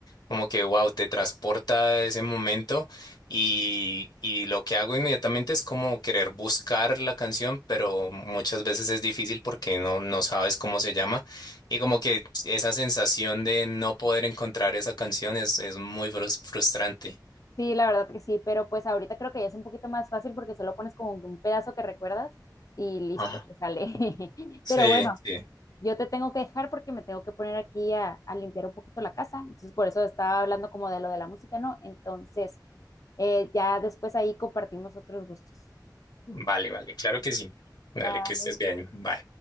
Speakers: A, on the left (about 70°); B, on the left (about 50°).
A: como que, wow, te transporta a ese momento y, y lo que hago inmediatamente es como querer buscar la canción, pero muchas veces es difícil porque no, no sabes cómo se llama y como que esa sensación de no poder encontrar esa canción es, es muy frus- frustrante.
B: Sí, la verdad que sí, pero pues ahorita creo que ya es un poquito más fácil porque se lo pones como que un pedazo que recuerdas y listo,
A: Ajá.
B: te sale. <laughs>
A: Sí,
B: Pero bueno,
A: sí.
B: yo te tengo que dejar porque me tengo que poner aquí a, a limpiar un poquito la casa, entonces por eso estaba hablando como de lo de la música, ¿no? Entonces, eh, ya después ahí compartimos otros gustos.
A: Vale, vale, claro que sí. Dale,
B: Bye.
A: que estés bien. Bye.